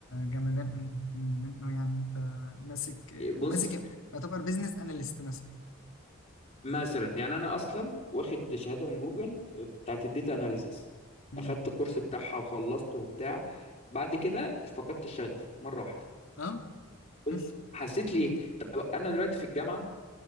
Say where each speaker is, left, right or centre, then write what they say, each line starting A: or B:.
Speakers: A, on the left; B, on the left.
A: جمدان أوي جمدان أوي يعني أنت ماسك
B: بص
A: ماسك يعتبر بيزنس أناليست مثلا
B: مثلا يعني انا اصلا واخد شهاده من جوجل بتاعت الداتا اناليسيس
A: مم.
B: اخدت كورس بتاعها وخلصته وبتاع بعد كده فقدت الشغف مره واحده
A: أه
B: قلت
A: بس
B: حسيت ليه طب انا دلوقتي في الجامعه